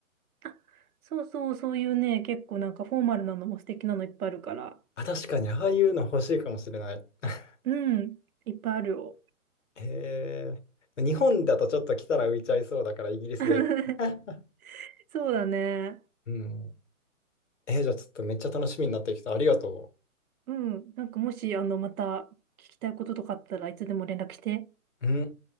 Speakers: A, on the right; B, on the left.
A: あそうそう、そういうね、結構なんかフォーマルなのも素敵なのいっぱいあるから。
B: あ、確かに、ああいうの欲しいかもしれない。<laughs>
A: うん、いっぱいあるよ。
B: えー、日本だとちょっと来たら浮いちゃいそうだから、イギリスで。
A: <laughs>
B: <laughs>
A: そうだね。
B: うん。えー、じゃあちょっとめっちゃ楽しみになってきた。ありがと
A: うん、なんかもし、あの、また聞きたいこととかあったらいつでも連絡して。
B: う。うん。